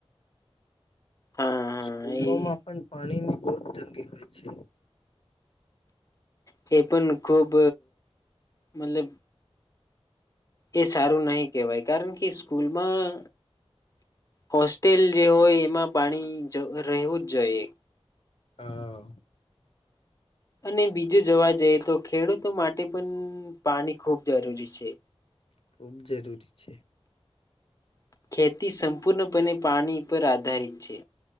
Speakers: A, on the left (about 35°); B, on the left (about 65°).
A: હા હા
B: શુ
A: એ
B: ગો માં પણ પાણીની બોવ તંગી હોય છે.
A: જે પણ ખૂબ મતલબ એ સારું નહિ કેવાય કારણ કે સ્કૂલમાં હોસ્ટેલ જે હોય એમાં પાણી જ રહેવું જ જોઈએ.
B: હા.
A: અને બીજું જોવા જઈએ તો ખેડૂતો માટે પણ પાણી ખૂબ જરૂરી હે.
B: ખુબ જરૂરી છે.
A: ખેતી સંપૂર્ણપણે પાણી પર આધારિત છે